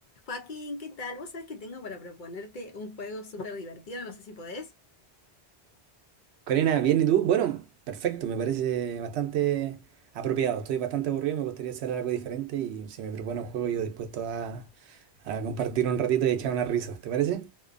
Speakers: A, on the left; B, on the right.
A: Joaquín, ¿qué tal? Vos sabés que tengo para proponerte un juego súper divertido, no sé si podés.
B: Karina, bien, ¿y tú? Bueno, perfecto, me parece bastante apropiado. Estoy bastante aburrido, me gustaría hacer algo diferente y si me propone un juego, yo dispuesto a, a compartir un ratito y echar unas risas, ¿te parece?